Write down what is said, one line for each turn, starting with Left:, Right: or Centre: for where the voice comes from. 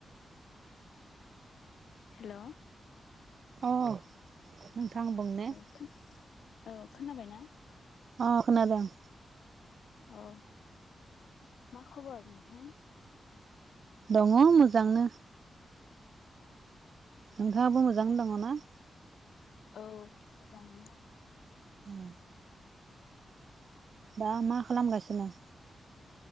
Left: हेल'
Right: अ नोंथां बुंनाय
Left: खो औ खोनाबायना?
Right: अ खोनादोंं।
Left: अ मा खबर नोंथां?
Right: दङ मोजांनो
Left: औ
Right: नोंथाङाबो मोजां दङना?
Left: औ मोजाङैनो दं
Right: अ दा मा खालामगासिनो?